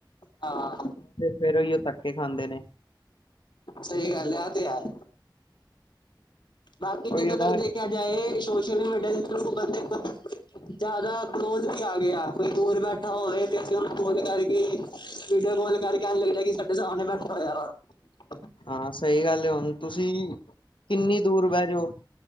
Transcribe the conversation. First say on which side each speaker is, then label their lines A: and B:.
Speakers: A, on the left (about 70°); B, on the left (about 85°).
A: ਹਾਂ।
B: ਫਿਰ ਉਹੀ ਉਹ ਧੱਕੇ ਖਾਂਦੇ ਨੇ।
A: ਸਹੀ ਗੱਲ ਹੈ ਇਹ ਤੇ ਯਾਰ। ਬਾਕੀ ਜਿੱਦੋਂ
B: ਉਹੀਓ ਤਾਂ
A: ਤੱਕ ਦੇਖਿਆ ਜਾਏ ਸੋਸ਼ਲ ਮੀਡੀਆ <unintelligible> ਦੇਖ ਜ਼ਿਆਦਾ ਕਲੋਜ ਵੀ ਆ। ਗਿਆ ਕੋਈ ਦੂਰ ਬੈਠਾ ਹੋਵੇ ਤੇ ਅਸੀਂ ਉਹਨੂੰ ਗੋਲ ਕਰਕੇ ਪੀਡ ਗੋਲ ਕਰਕੇ ਆਉਣ ਲੱਗਿਆ ਕਿ ਸਾਡੇ ਸਾਬਣੇ ਨਾ ਖ <unintelligible>
B: ਹਾਂ ਸਹੀ ਗੱਲ ਹੈ ਹੁਣ ਤੁਸੀਂ ਕਿੰਨੀ ਦੂਰ ਬਹਿ ਜਾਓ